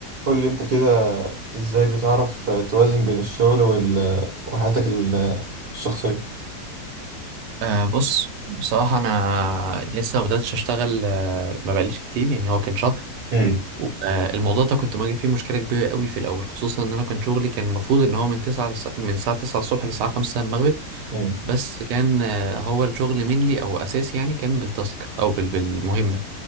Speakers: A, on the right (about 45°); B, on the right (about 75°).
A: قول لي انت كده ازاي بتعرف توازن بين الشغل وال... وحياتك ال- الشخصية
B: أه بص بصراحة أنا لسه ما بدأتش أشتغل أه ما بقاليش كتير يعني هو كان شهر
A: مم.
B: أه الموضوع ده كنت مواجه فيه مشكلة كبيرة قوي في الأول خصوصا إن أنا كان شغلي كان المفروض إن هو من تسعة لس... من الساعة تسعة الصبح للساعة خمسة المغرب
A: مم.
B: بس كان أه هو الشغل مينلي أو أساسي يعني كان بالتاسك أو بال... بالمهمة